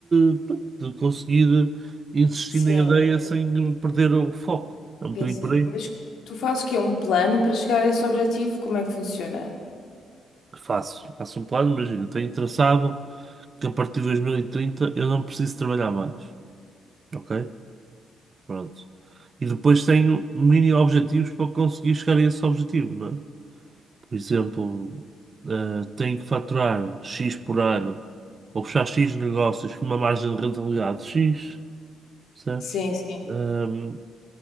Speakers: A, on the right (about 35°); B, on the left (about 75°).
A: de, pronto, de conseguir insistir
B: sim,
A: na ideia sem perder o foco. É um bocadinho
B: sim, sim.
A: por aí.
B: Mas tu fazes o quê? Um plano para chegar a esse objetivo? Como é que funciona?
A: Faço, faço um plano, imagina, tenho traçado que a partir de 2030 eu não preciso trabalhar mais. Ok? Pronto. E depois tenho mini objetivos para conseguir chegar a esse objetivo, não é? Por exemplo, eh, tenho que faturar X por ano ou fechar X negócios com uma margem de rentabilidade X, certo?
B: Sim, sim.
A: Um,